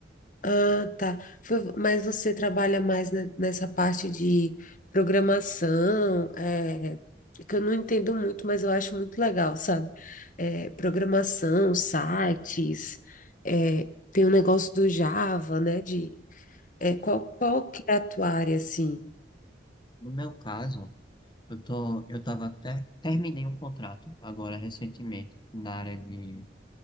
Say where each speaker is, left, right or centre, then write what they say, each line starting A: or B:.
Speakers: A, on the left (about 45°); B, on the left (about 25°).
A: Ah, tá. Foi- Mas você trabalha mais ne- nessa parte de programação, é, que eu não entendo muito, mas eu acho muito legal, sabe? É, programação, sites, é, tem o negócio do Java, né? De, é, qual, qual que é a tua área, assim?
B: No meu caso, Eu tô, eu tava até, terminei um contrato agora recentemente na área de,